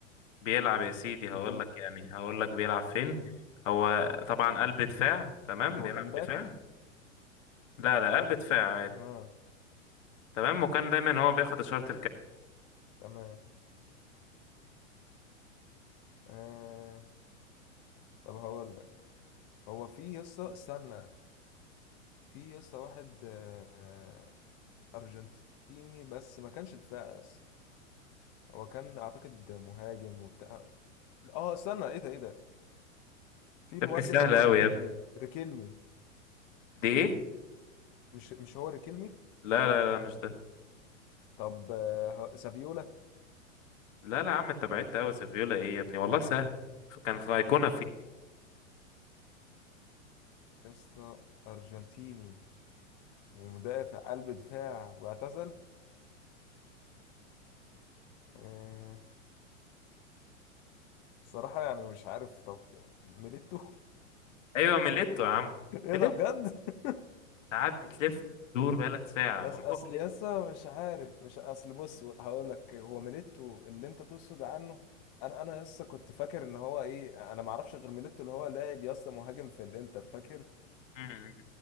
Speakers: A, on the left; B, on the left.
A: بيلعب يا سيدي هقول
B: انت مت...
A: لك يعني هقول لك بيلعب فين
B: مم.
A: هو طبعا قلب دفاع تمام
B: هو
A: بيلعب
B: كان باك
A: دفاع لا لا
B: قلب
A: قلب دفاع عادي
B: ها
A: تمام وكان دايما هو بياخد اشاره الكابتن
B: تمام آه... طب هقول لك هو في يسا استنى في يسا واحد آه... أرجنتيني بس ما كانش دفاع يسا. هو كان أعتقد مهاجم وبتاع اه استنى ايه ده ايه ده في الواد
A: يا ابني سهله
B: اللي هو ريكيلمي
A: قوي يا ابني
B: ريكيلمي
A: دي ايه
B: مش مش هو ريكيلمي
A: لا لا لا مش ده
B: طب آه، ه- سافيولا
A: لا لا يا عم انت بعدت قوي سيفيولا ايه يا ابني والله سهل كان في ايقونه في
B: اسطى أرجنتيني ومدافع قلب دفاع واعتزل آه، الصراحة يعني مش عارف طب ميليتو
A: ايوه ميليتو يا عم
B: <laughs> ايه
A: ميليتو
B: ده بجد <laughs>
A: ساعات بتلف وتدور بقالك ساعه
B: أص-
A: هو
B: اصل
A: ميليتو
B: يسا مش عارف مش اصل بص هقول لك إيه، هو ميليتو اللي انت تقصد عنه انا انا يسا كنت فاكر ان هو ايه انا ما اعرفش غير ميليتو اللي هو لاعب يسا مهاجم في الانتر فاكر
A: مم.